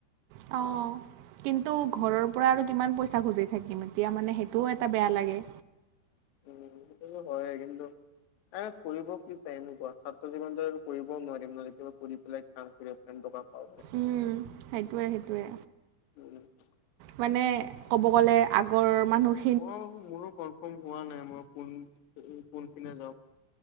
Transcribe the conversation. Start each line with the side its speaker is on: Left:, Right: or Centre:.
Right: অঁ। কিন্তু ঘৰৰ পৰা আৰু কিমান পইচা খুজি থাকিম। এতিয়া মানে, সেইটোও এটা বেয়া লাগে।
Left: উম, সেইটোতো হয় কিন্তু আৰু পঢ়িব কি টাইম নোপোৱা ছাত্ৰ জীৱনটো একো কৰিবও নোৱাৰিম নহয় কিবা কৰি পেলাই কাম কৰি টেন টকা পাওঁহে।
Right: উম সেইটোৱে সেইটোৱে।
Left: এতিয়া
Right: মানে ক'ব গ'লে আগৰ মানুহ
Left: মই মোৰো কনফাৰ্ম হোৱা নাই মই কোন পিনে যাওঁ